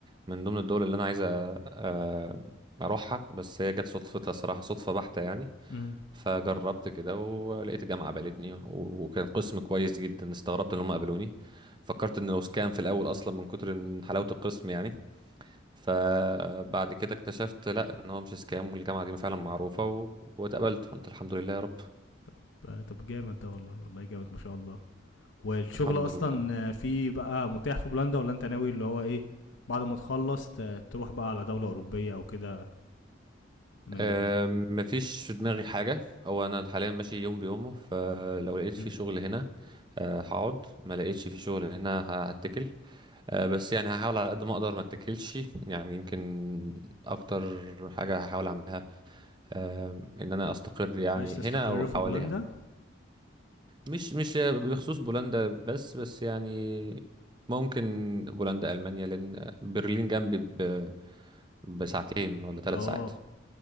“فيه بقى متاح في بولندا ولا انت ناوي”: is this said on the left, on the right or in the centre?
Left